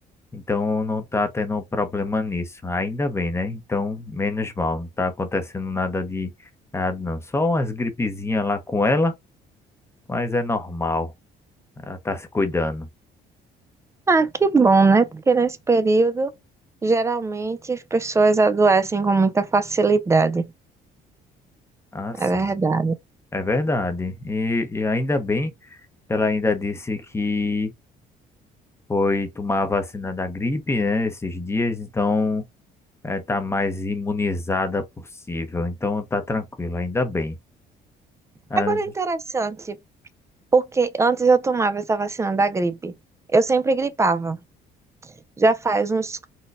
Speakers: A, on the left; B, on the right.
A: então não tá tendo problema nisso. Ainda bem, né? Então, menos mal. Não tá acontecendo nada de nada, não. Só umas gripezinhas lá com ela, mas é normal. Ela tá se cuidando.
B: Ah, que bom, né? Porque nesse período, geralmente as pessoas adoecem com muita facilidade.
A: Ah,
B: É
A: sim.
B: verdade.
A: É verdade. E, e ainda bem que ela ainda disse que foi tomar a vacina da gripe, né? Esses dias, então é, tá mais imunizada possível. Então tá tranquilo, ainda bem. Ah,
B: Agora é interessante. Porque antes eu tomava essa vacina da gripe. Eu sempre gripava. Já faz uns